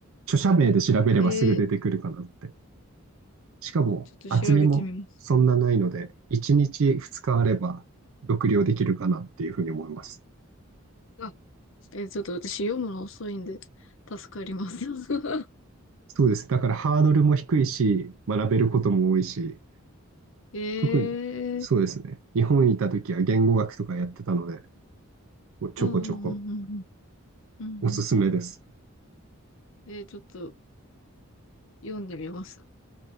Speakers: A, on the right (about 65°); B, on the left (about 60°).
A: 著者名で調べればすぐ出てくるかなって
B: えー、
A: しかも厚みもそんなないので、
B: ちょっと調べてみます。
A: 1日2日あれば読了できるかなっていうふうに思います。
B: あ、えーちょっと私読むの遅いんで、助かります。<laughs>
A: そうです。だからハードルも低いし、学べることも多いし、
B: ええ
A: 特にそうですね。日本にいた時は言語学とかやってたので、もうちょこちょこ
B: うん <laughs> うんうんうんうん。うんうん。
A: おすすめです。
B: えーちょっと読んでみます。